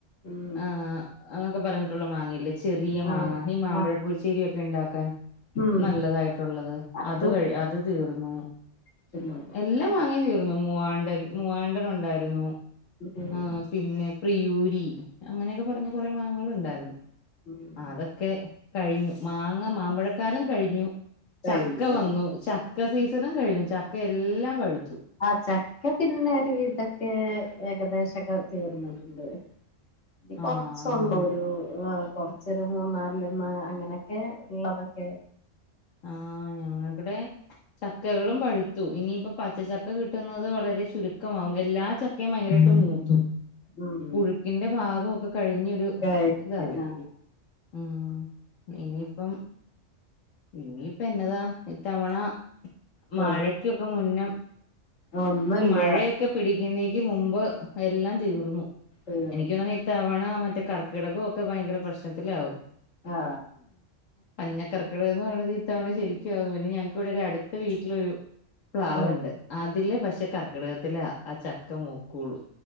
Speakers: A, on the left (about 65°); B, on the left (about 85°).
A: ഉം
B: ആഹ് അന്നൊക്കെ പറഞ്ഞിട്ടുള്ള മാങ്ങല്ലേ ചെറിയ
A: ആ
B: മാങ്ങ ഈ മാമ്പഴ
A: ആ
B: പുളിശേരിയൊക്കെ ഇണ്ടാക്കാൻ
A: ഉം
B: നല്ലതായിട്ടുള്ളത്
A: അതും
B: അത് കഴി അത് തീർന്നു
A: മറച്ചുള്ളത്.
B: എല്ലാ മാങ്ങേ തീർന്നു മൂവാണ്ടൻ മൂവാണ്ടൻ ഒണ്ടായിരുന്നു
A: ഉം
B: ആഹ് പിന്നെ പ്രിയൂരി അങ്ങനെയൊക്കെ പറഞ്ഞ് കൊറെ മാങ്ങകൾ ഇണ്ടായിരുന്നു
A: ഉം
B: ആഹ് അതൊക് ക്കെ കഴിഞ്ഞു മാങ്ങ മാമ്പഴക്കാലം കഴിഞ്ഞു
A: കഴിഞ്ഞു
B: ചക്ക വന്നു ചക്ക് ചക്ക സീസണും കഴിഞ്ഞു ചക്ക എല്ലാം പഴുത്തു
A: ആഹ് ചക്ക പിന്നെ ഒരു വിധം ഒക്കെ ഏകദേശൊക്കെ തീർന്നിട്ടുണ്ട് ഇനി കൊറോച്ചൊള്ളു
B: ആഹ് നമ്മ
A: ഒരു ആഹ് കൊറ് ച്ചൊരു മൂന്നാലെണ്ണം അങ്ങനെയൊക്കെ ഇള്ളതൊക്കെ
B: ആഹ് ഞങ്ങളെടേം ചക്കകളും പഴുത്തു ഇനിയിപ്പം പച്ച ചക്ക കിട്ടുന്നത് വളരെ ചുരുക്കമാവും എല്ലാ ചക്കയും ഭയങ്കരായിട്ട് മൂത്തു
A: ഉം
B: പുഴുക്കിന്റെ പാകൊക്കെ കഴിഞ്ഞൊരു
A: കഴിഞ്ഞ്
B: ഇതായി ഉം ഇനിയിപ്പം ഇനിയിപ്പ എന്നതാ ഇത്തവണ
A: ആ
B: മഴക്കൊക്കെ
A: ആ
B: മുന്നെ
A: ഒന്നുല്ല
B: മഴയൊക്കെ പിടിക്കുന്നേക്ക് മുമ്പ് എല്ലാം തീർന്നു
A: തീർന്ന്
B: എനിക്ക്‌ തോന്നണ് ഈ തവണ മറ്റേ കർക്കിടകവും ഒക്കെ ഭയങ്കര പ്രശ് നത്തിലാവും
A: ആ
B: പഞ്ഞ കർക്ക ക്കടമെന്നു പറയണത് ഇത്തവണ ശരിക്കും ആന്നു പിന്നെ ഞങ്ങക്കിവിടെ ഒരു അടുത്ത വീട്ടിലൊരു പ്ലാവുണ്ട്
A: ആ
B: അതില് പക്ഷെ കർക്കിടകത്തിലയ ആ ചക്ക മൂക്കുള്ളു